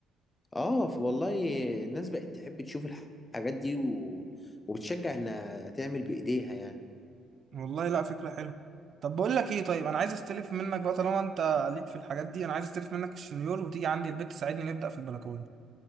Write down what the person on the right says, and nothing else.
والله لا فكرة حلوة طب بقول لك ايه طيب انا عايز استلف منك بقى طالما انت ليك في الحاجات دي انا عايز استلف منك الشنيور وتيجي عندي البيت تساعدني نبدأ في البلكونة